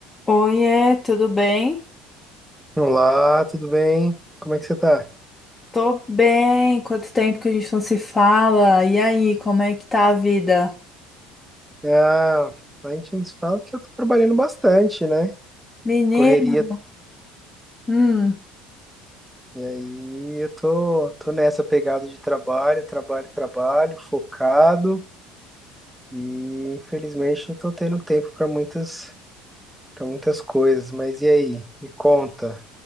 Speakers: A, on the left; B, in the centre.
A: Oiê, tudo bem?
B: Olá, tudo bem? Como é que você tá?
A: Tô bem. Quanto tempo que a gente não se fala? E aí, como é que tá a vida?
B: Ah, a gente nos fala que eu tô trabalhando bastante, né?
A: Menino,
B: Correria.
A: hum,
B: E aí eu tô, tô nessa pegada de trabalho, trabalho, trabalho, focado. E infelizmente não tô tendo tempo para muitas, para muitas coisas. Mas e aí? Me conta.